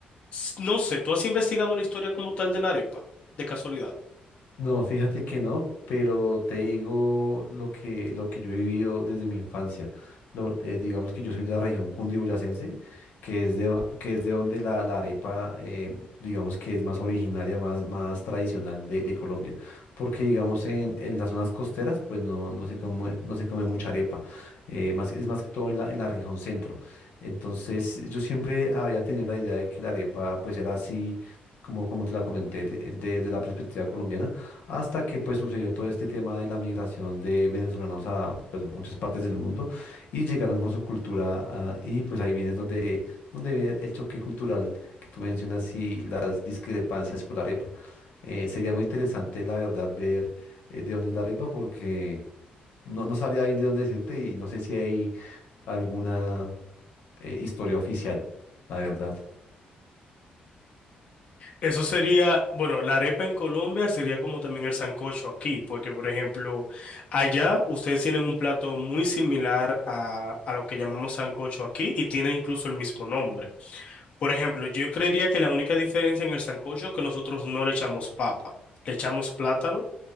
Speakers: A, on the left; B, on the left.
A: s- no sé, ¿tú has investigado la historia como tal de la arepa, de casualidad?
B: No, fíjate que no, pero te digo lo que, lo que yo he vivido desde mi infancia. Lo- eh, digamos que yo soy de la región cundiboyacense, que es de, do- que es de donde la, la arepa, eh, digamos que es más originaria, más, más tradicional de, de Colombia. Porque digamos en, en las zonas costeras, pues no, no se come, no se come mucha arepa. eh, más, es más que todo en la, en la región centro. Entonces yo siempre había tenido la idea de que la arepa pues era así, como, como te la comenté, de- desde la perspectiva colombiana hasta que pues sucedió todo este tema de la migración de venezolanos a pues, muchas partes del mundo y llegaron con su cultura ah, y pues ahí viene donde, donde viene el choque cultural que tú mencionas y las discrepancias por la arepa. Eh, sería muy interesante la verdad ver eh, de dónde es la arepa porque no, no sabría bien de dónde decirte y no sé si hay alguna eh, historia oficial, la verdad.
A: Eso sería, bueno, la arepa en Colombia sería como también el sancocho aquí, porque por ejemplo, allá ustedes tienen un plato muy similar a, a lo que llamamos sancocho aquí y tiene incluso el mismo nombre. Por ejemplo, yo creería que la única diferencia en el sancocho es que nosotros no le echamos papa, le echamos plátano.